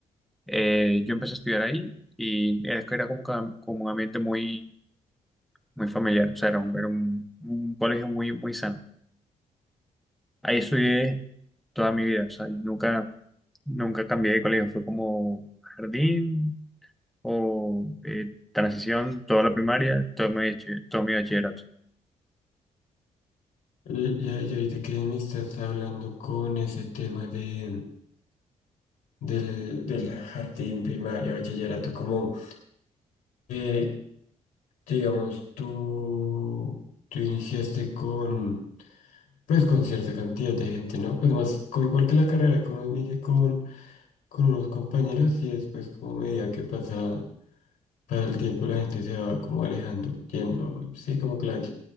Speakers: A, in the centre; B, on the left.
A: Eh, yo empecé a estudiar ahí y era era como, que- como un ambiente muy, muy familiar, o sea, era un, era un un colegio muy, muy sano. Ahí estudié toda mi vida, o sea, yo nunca, nunca cambié de colegio, fue como jardín o eh, transición, toda la primaria, todo mi, bache- todo mi bachillerato.
B: Y, y- y ahorita que me estás hablando con ese tema de, del, del jardín primario, bachillerato, como, eh, digamos, tú, tú iniciaste con Pues con cierta cantidad de gente, ¿no? Pues más, co- igual que la carrera, como inicié con, con unos compañeros y después como a medida que pasa, pasa el tiempo la gente se va como alejando, yendo, sí, como que la gente